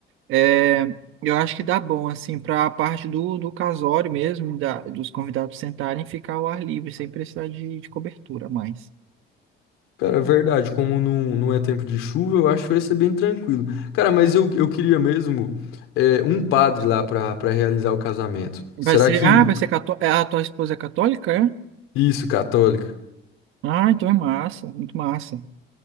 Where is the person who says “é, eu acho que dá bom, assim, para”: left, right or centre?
Right